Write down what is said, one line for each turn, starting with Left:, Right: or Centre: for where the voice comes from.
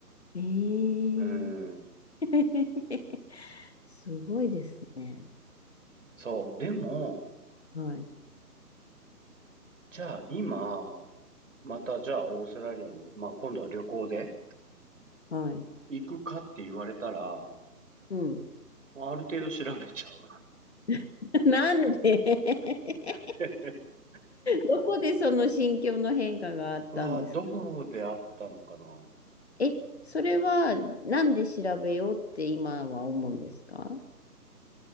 Left: ええ
Right: うーん、
Left: <laughs> すごいですね。
Right: そう。でも、
Left: はい。
Right: じゃあ今、またじゃあオーストラリアに、まあ今度は旅行で
Left: はい。
Right: 行くかって言われたら、
Left: うん。
Right: まある程度調べちゃう。
Left: <laughs> なんで <laughs>
Right: <laughs>
Left: どこでその心境の変化があったんですか
Right: うわ、どこであったのかな。
Left: え、それはなんで調べようって今は思うんですか